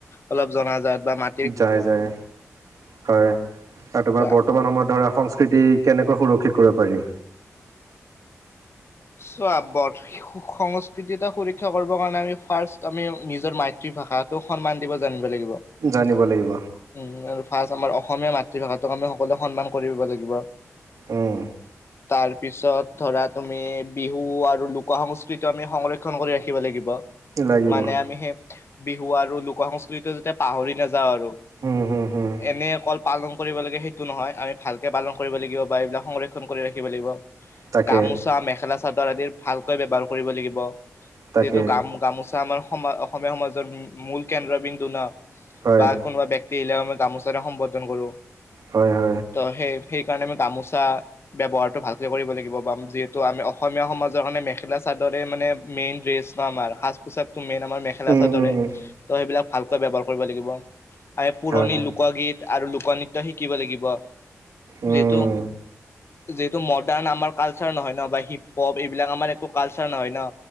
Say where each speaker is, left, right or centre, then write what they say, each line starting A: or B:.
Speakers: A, on the left; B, on the right.
A: অলপ জনাজাত। বা মা
B: যায়, যায় হয়। আৰু তোমাৰ
A: কোৱা
B: বৰ্তমান সময়ত ধৰা সংস্কৃতিক কেনেকৈ সুৰক্ষিত কৰিব পাৰি।
A: চোৱা সংস্কৃতিটা সুৰক্ষা কৰিবৰ কাৰণে আমি ফাৰ্ষ্ট আমি নিজৰ মা তৃভাষাটোক সন্মান দিব জানিব লাগিব।
B: জানিব লাগিব।
A: উম, আৰু ফাৰ্ষ্ট আমাৰ অসমীয়া মাতৃভাষাটোক আমি সকলোৱে সন্মান কৰিব লাগিব।
B: উম,
A: তাৰপিছত ধৰা তুমি বিহু আৰু লোক সংস্কৃতিটো সংৰক্ষন কৰি ৰাখিব লাগিব।
B: লাগিব
A: মানে আমি হেই বিহু আৰু লোক সংস্কৃতিটো যেতিয়া পাহৰি নাযাওঁ আৰু।
B: হুম, হুম, হুম।
A: এনে অকল পালন কৰিব লাগে সেইটো নহয়, আমি ভালকে পালন কৰিব লাগিব এইবিলাক সংৰক্ষন কৰি ৰাখিব লাগিব।
B: তাকে
A: গামোচা মেখেলা চাদৰ আদিৰ ভালকৈ ব্যৱহাৰ কৰিব লাগিব।
B: তাকে
A: যিহেতু গ গামোচা আমাৰ সম অসমীয়া সমাজৰ মূল কেন্দ্ৰবিন্দু ন।
B: হয়
A: বা কোনোবা ব্যক্তি আহিলে আমি গামোচা সম্বৰ্ধন কৰো।
B: হয়, হয়।
A: ত সেই সেইকাৰণে আমি গামোচা ব্যৱহাৰটো ভালকে কৰিব লাগিব। বা যিহেতু আমি অসমীয়া সমাজৰ কাৰণে মেখেলা চাদৰে মানে মেইন ড্ৰেছ ন, আমাৰ সাজ পোচাকটো মেইন আমাৰ মাখেলাচাদৰে।
B: উম, উম, উম।
A: তো হেই বিলাক ভালকৈ ব্যৱহাৰ কৰিব লাগিব। আমি পুৰণি
B: হয়
A: লোক কগীত আৰু লোকনৃত্য শিকিব লাগিব।
B: উম,
A: যিহেতু যিহেতু মডাৰ্ণ আমাৰ কালচাৰ নহয় ন, বা হিপ হপ এইবিলাক আমাৰ একো কালচাৰ নহয় ন।